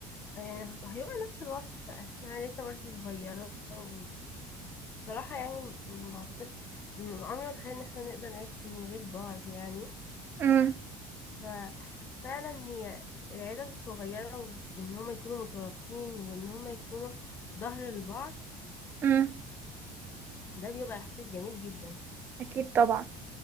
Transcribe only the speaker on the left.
آه، هيبقى نفس الوصف احنا عيلتنا برضه صغيرة وبصراحة يعني م- ما اعتقدش م- عمري ما تخيل ان احنا نقدر نعيش من غير بعض يعني
ففعلا هي العيلة الصغيرة و- وان هما يكونوا مترابطين وان هما يكونوا ظهر لبعض
ده بيبقى احساس جميل جدا